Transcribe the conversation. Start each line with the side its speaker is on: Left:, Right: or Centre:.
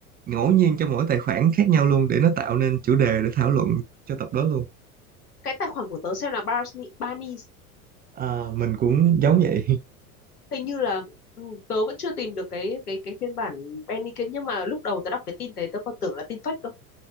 Right: ngẫu nhiên cho mỗi tài khoản khác nhau luôn để nó tạo nên chủ đề để thảo luận cho tập đó luôn
Left: cái tài khoản của tớ xem là Barney Barney
Right: à, mình cũng giống vậy <laughs>
Left: hình như là ừ, tớ vẫn chưa tìm được cái cái cái phiên bản Penny kia nhưng mà lúc đầu tớ đọc cái tin đấy tớ còn tưởng là tin fake cơ